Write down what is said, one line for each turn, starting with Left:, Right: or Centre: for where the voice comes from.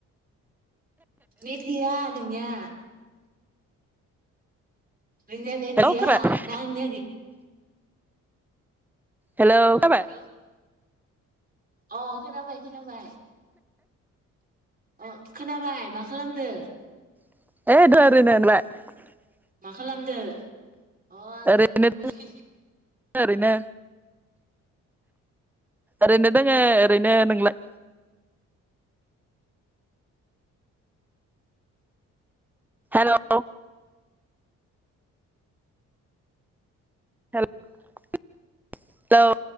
Right: नेथ गैया। नोंनिया। नोंनिया नेथ
Centre: हेल'
Right: गैया
Centre: खोनाबाय
Right: ना आंनिया
Centre: हेल खोनाबाय?
Right: हेलौ अ खोनाबाय खोनाबाय अ खोनाबाय मा खालामदो?
Centre: <unintelligible>
Right: मा खालामदो? अ आंबो
Centre: ओरैनो
Right: दोङो मोसाय
Centre: ओरैनो ओरैनो दङो ओरैनो नोंला हेलौ हेल हेलौ